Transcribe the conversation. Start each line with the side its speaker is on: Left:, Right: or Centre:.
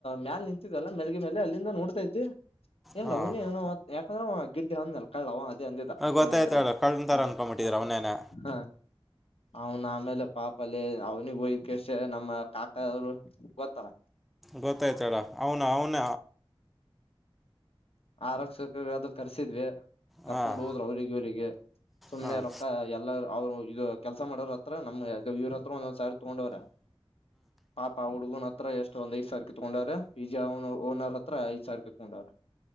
Left: ಮ್ಯಾಲೆ ನಿಂತಿದಲ್ಲ ಮೆಲ್ಗೆ ಮೇಲೆ ಅಲ್ಲಿಂದ ನೋಡ್ತಾ ಇದ್ವಿ ಎಲ್ಲ
Centre: ಹಾಂ
Left: ಅವನಏ ಯಾಕಂದ್ರ ಬಿದ್ದ ಹಂದ್ನಲ್ಲ ಕಳ್ಳ ಹ ಅದೇ ಅಂದಿದ್ದ
Centre: ಗೊತ್ತಾಯ್ತು
Left: ಕಳಂತ ನೋಡ
Centre: ಹೇಳ ಕಳ್ಳನ ಥರ
Left: ಹ್ಮ್
Centre: ಅನ್ಕೊಂಬಿಟ್ಟಿದ್ರು ಅವನೇನೆ
Left: ಹ ಅವನ ಆಮೇಲೆ ಪಾಪಲ್ಲಿ ಅವ ವೈನ್ ಕೇಶ ನಮ್ಮ ತಾತ ಅವರು ಬತರ
Centre: ಗೊತ್ತಾಯ್ತಾಡ ಅವನ ಅವನ
Left: ಆರಕ್ಷಕ ಅದು ಕರ್ಸಿದ್ವಿ ಕರ್ಕೊಂಡ್
Centre: ಹಾಂ
Left: ಹೋದ್ರರು ಅವ್ರರಿಗೆ ಇ ಅವರಿಗೆ ಸುಮ್ನೆ
Centre: ಹಾಂ
Left: ರೊಕ್ಕ ಎಲ್ಲ ಅವರು ಇದು ಕೆಲಸ ಮಾಡೋರ ಹತ್ರ ನಮ ಇವ್ರ ಹತ್ರ ಒಂದೊಂದ್ ಸ ತೋಂಗೋಡರ ಪಾಪ ಆ ಉಡ್ಗ ಹತ್ರ ಎಷ್ಟೊ ಒಂದ ಐದು ಸಾವಿರ ತಗೊಂಡ್ರರೆ ಬಿಜ ಓನರ್ ಹತ್ರ ಐದ್ ಸಾವಿರ ತಗೊಂಡಾರೆ